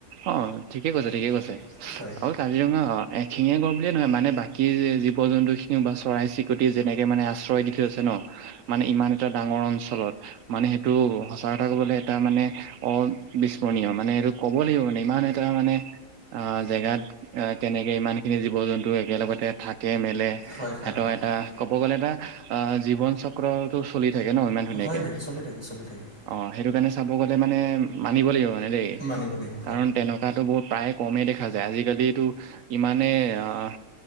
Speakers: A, on the right; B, on the right.
A: অ', ঠিকে কৈছে ঠিকে কৈছে।
B: হয়।
A: আৰু কাজিৰঙা অ', এশিঙীয়া গড় বুলিয়ে নহয় মানে, বাকী জীৱ জন্তু খিনিও বা চৰাই চি প্ৰতি মানে আশ্ৰয় দি থৈছে ন, মানে ইমান এটা ডাঙৰ অঞ্চলত মানে সেইটো <unintelligible> এটা কবলৈ তাৰ মানে অবিস্মৰণীয় মানে, এইটো ক'ব লাগিব মানে ইমান এটা মানে আহ, জেগাত কেনেকে ইমান খিনি জীৱ জন্তু একেলগতে থাকে মেলে
B: সিহঁতৰ
A: সিহতৰ এটা, ক'ব গ'লে এটা অ', জীৱন চক্ৰটো চলি থাকে ন ইমান ধুনীয়াকে।
B: হয় চলি থাকে, চলি চলি থাকে।
A: অ', সেইটো কাৰণে চাব গ'লে মানে, মানিব লাগিব মানে দেই।
B: মানিব লাগিব
A: কাৰণ
B: হয়।
A: তেনেকুৱাতো বহু প্ৰায় কমেই দেখা যায়। আজিকালিতো ইমানেই অ',